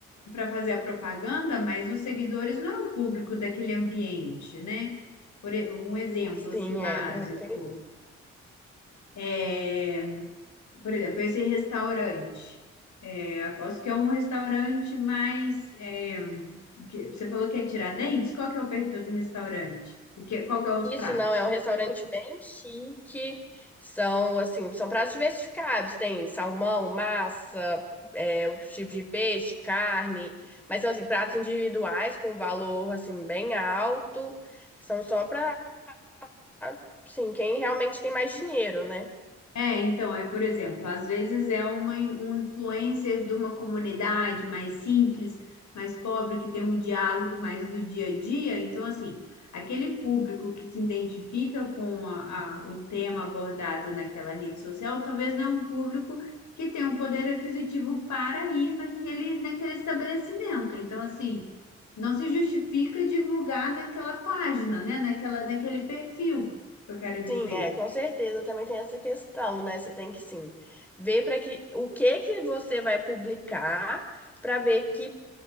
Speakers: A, on the left; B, in the centre.
A: para fazer a propaganda, mas os seguidores não é o público daquele ambiente, né? Por e- um exemplo
B: Sim,
A: assim básico.
B: é, também tem.
A: É, por exemplo, esse restaurante. É, aposto que é um restaurante mais. é, que- você falou que é Tiradentes? Qual que é o perfil do restaurante? O que, qual que é os
B: Isso
A: pratos?
B: não, é um restaurante bem chique. São, assim, são pratos diversificados. Tem salmão, massa, é, outro tipo de peixe, carne. Mas são, assim, pratos individuais com valor, assim, bem alto. São só para Ah, Sim, quem realmente tem mais dinheiro, né?
A: É, então, aí, por exemplo, às vezes é uma, um influencer de uma comunidade mais simples, mais pobre, que tem um diálogo mais do dia a dia. Então, assim, aquele público que se identifica com a- a- o tema abordado naquela rede social, talvez não é um público que tem um poder aquisitivo para ir naquele, naquele estabelecimento. Então, assim, não se justifica divulgar naquela página, né? Naquela, naquele perfil, eu quero dizer.
B: Sim, é, com certeza também tem essa questão, né? Você tem que sim ver para que o que que você vai publicar para ver que